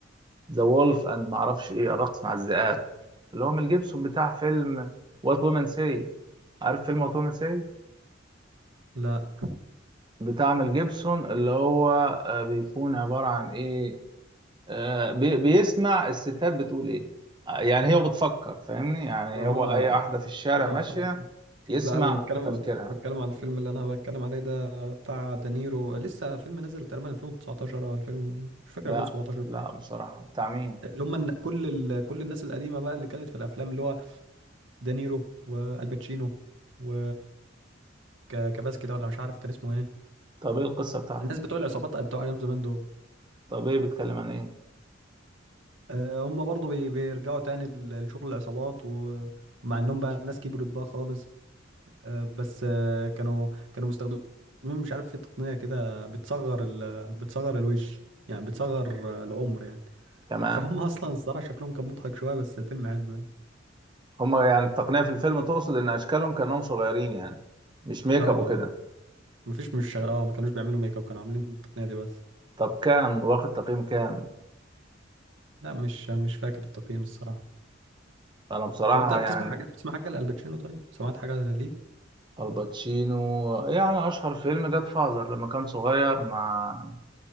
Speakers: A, on the right (about 25°); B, on the right (about 70°).
A: ذا وولف اند ما اعرفش ايه الرقص مع الذئاب اللي هو ميل جيبسون بتاع فيلم وات وومن سي عارف فيلم وات وومن سي
B: لا
A: بتاع ميل جيبسون اللي هو آه، بيكون عبارة عن ايه آه، بي- بيسمع الستات بتقول ايه آه، يعني هي بتفكر فاهمني يعني
B: آه.
A: هو
B: آه.
A: اي واحدة في الشارع
B: آه.
A: ماشية يسمع
B: لا انا بتكلم
A: تفكيرها
B: بتكلم على الفيلم اللي انا بتكلم عليه ده بتاع دانيرو لسه فيلم نزل تقريبا 2019 او 2000 مش فاكر
A: لا
B: 2017
A: لا
B: بقى
A: بصراحة بتاع مين
B: اللي هم الن- كل ال... كل الناس القديمه بقى اللي كانت في الافلام اللي هو دانيرو والباتشينو و ك- كباس كده ولا مش عارف كان اسمه ايه
A: طب ايه القصة بتاعته
B: الناس بتوع العصابات بتوع ايام زمان دول
A: طب ايه بيتكلم عن ايه
B: آه، هم برضه بي- بيرجعوا تاني ل- لشغل العصابات ومع انهم بقى ناس كبرت بقى خالص آه، بس آه، كانوا كانوا مستخدمين مش عارف في تقنية كده بتصغر ال بتصغر الوش يعني بتصغر آه، العمر يعني
A: تمام
B: فهم <laughs> اصلا الصراحة شكلهم كان مضحك شوية بس الفيلم حلو يعني
A: هما يعني التقنية في الفيلم تقصد إن أشكالهم كأنهم صغيرين يعني مش ميك
B: اه آه،
A: اب وكده
B: مفيش مش اه ما كانوش بيعملوا ميك اب كانوا عاملين التقنية دي بس
A: طب كام واخد تقييم كام
B: لا مش آه، مش فاكر التقييم الصراحة
A: أنا بصراحة
B: طب انت بتسمع
A: يعني
B: حاجة بتسمع حاجة لألباتشينو طيب سمعت حاجة ليه
A: الباتشينو يعني أشهر فيلم جاد فازر لما كان صغير مع